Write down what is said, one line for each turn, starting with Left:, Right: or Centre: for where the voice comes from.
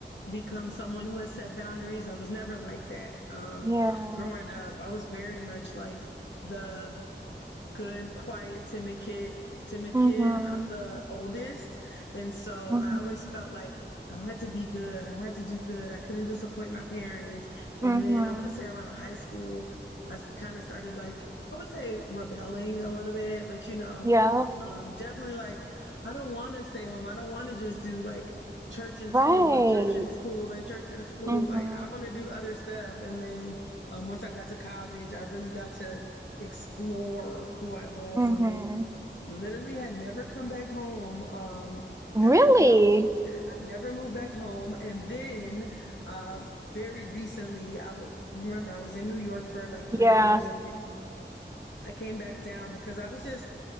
Left: become someone who has set boundaries. I was never like that um
Right: Yeah.
Left: growing up. I was very much like the good, quiet, timid kid. Timid
Right: Mhm.
Left: kid. I'm the oldest, and so
Right: Mhm.
Left: I always felt like I had to be good. I had to do good. I couldn't disappoint my parents. And
Right: Mhm.
Left: then I want to say around high school, I kind of started like I would say rebelling a little bit, but you know,
Right: Yeah.
Left: um, definitely like I don't want to stay home. I don't want to just do like church and
Right: Right.
Left: school and church and school and church and school.
Right: Mhm.
Left: Like I want to do other stuff. And then um, once I got to college, I really got to explore who I was
Right: Mhm.
Left: and then literally had never come back home um
Right: Really?
Left: after college. I never moved back home and then um very recently I would remember I was in New York for like 3
Right: Yeah.
Left: years and then I came back down because I was just